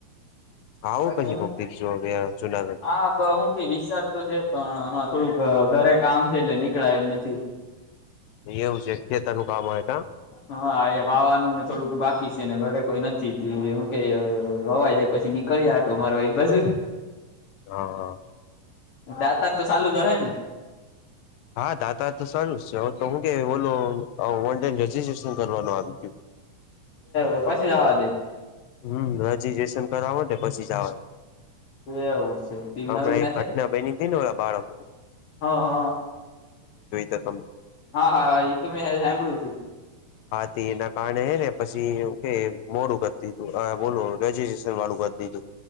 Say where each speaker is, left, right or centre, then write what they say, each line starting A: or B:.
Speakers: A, on the left; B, on the left.
A: બહુ
B: બાકી
A: બધી
B: હું
A: પબ્લિક હતી ત્યાં
B: હા હું કઈ વિચાર તો છે પણ હમણાં થોડુંક ઘરે કામ છે એટલે નીકળાય એમ નથી.
A: એવું છે ખેતર નું કામ આવે કા?
B: હા એ વાવવાનુનું ને થોડુંક બાકી છે ને ઘરે કોઈ નથી હું કે રવાઈ જાય પછી કઈ આંટો મારવા ભાઈ બાજુ
A: હા હા.
B: દાતાર તો ચાલુ જ હ ને?
A: હા દાતા તો સારું છે હવે તો હું કે ઓલું ઓનલાઈન રજીસ્ટ્રેશન કરવાનું આવી ગયું.
B: એ પછી જવા દે.
A: હમ રજીિસ્ટ્રેશન કરાવો પછી જવા.
B: એવું છે તી
A: હમણાં
B: નવી મેથે
A: એક ઘટના બની હતીને ઓ બાળકની
B: હા હા
A: તો તમે
B: હા હા એ તો મે સાંભળું છું.
A: હાથી એના કારણે હ ને પછી કે મોડું કર હતું ીધું બોલો રજીસ્ટ્રેશન વાળું કરી દીધું